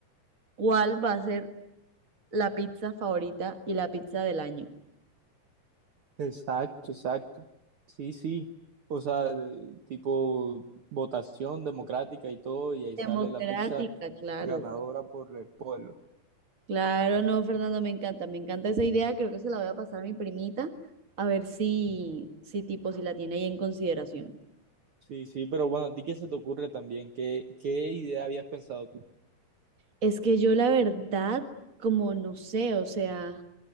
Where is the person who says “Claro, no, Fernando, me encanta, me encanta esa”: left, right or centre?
Right